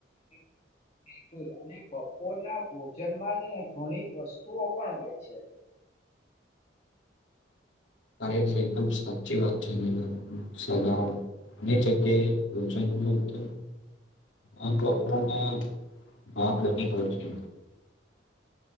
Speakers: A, on the left (about 35°); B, on the left (about 85°).
A: <inaudible> બિલકુલ અને બપોરના ભોજનમાં છે ને ઘણી વસ્તુઓ પણ હોય છે,
B: અરે તે એકદમ સાચી વાત છે સદાળ ની જગ્યાએ ભોજન ન મહત્વપૂર્ણ ભાગ બની ગયો છે